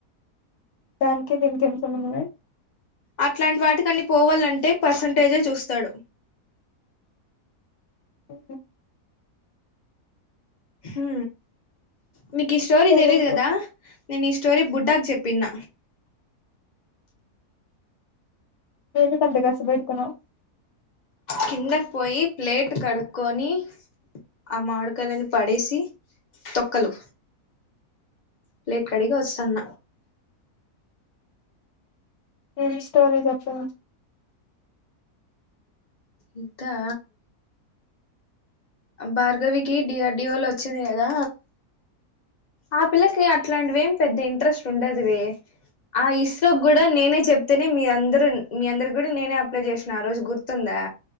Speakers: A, on the left; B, on the left.
A: దానికి దీనికి ఏం సంబంధమే
B: అట్లాంటి వాటికన్ని పోవాలంటే పర్సంటేజే చూస్తాడు
A: ఉ
B: హ నీకు ఈ స్టోరీ
A: తెలీదులే
B: తెలీదు కదా నేను ఈ స్టోరీ బుడ్డాకి చెప్పిన
A: ఎందుకట్లా కార్సు పెడుతున్నావు
B: కిందకి పోయి ప్లేట్ కడుక్కొని ఆ మాడుకాయలను పడేసి తొక్కలు ప్లేట్ కడిగి వస్తాన్న
A: ఏం స్టోరీ చెప్పు
B: ఇదా భార్గవికి డిఆర్ డిఓలో వచ్చింది కదా ఆ పిల్లకి అట్లాంటివి ఏం పెద్దగా ఇంట్రెస్ట్ ఉండదువి ఆ ఇస్రోకి కూడా నేనే చెప్తేనే మీ అందరుూ మీ అందరు కూడా నేనే అప్లై చేసిన ఆ రోజు గుర్తుందా